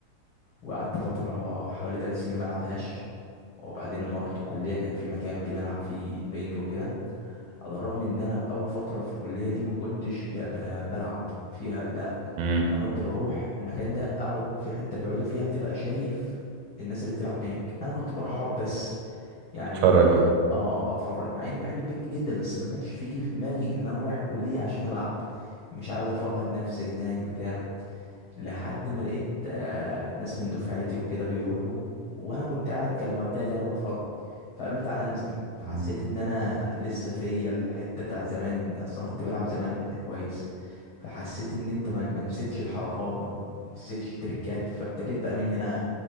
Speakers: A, on the left (about 75°); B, on the right (about 85°).
A: وقعدت فتره حوالي ثلاث سنين ما العبهاش وبعدين لما رحت الكليه كان في مكان بنلعب فيه بينج وكده على الرغم ان انا في اول فتره في الكليه دي ما كنتش ب... ب... بلعب فيها لا
B: امم
A: انا كنت بروح المكان ده اقعد في حته بيقعدوا فيها بتبقى شايف الناس اللي بتلعب بينج انا كنت بروح اقعد بس يعني
B: اتفرج بقى
A: اه اتفرج مع اني بحب البينج جدا بس ما كانش فيجي في دماغي ان انا رايح الكليه عشان العب مش عايز افرهد نفسي هناك بتاع لحد ما لقيت آه، ناس من دفعتي وكده بيروحوا وانا كنت قاعد كالمعتاد يعني بتفرج فقالوا لي تعالى انزل فحسيت
B: مم.
A: ان انا لسه فيا الحته بتاعت زمان اصلا كنت بلعب زمان كويس فحسيت ان انت ما ما نسيتش الحركات ما نسيتش التريكات فابتديت بقى من هنا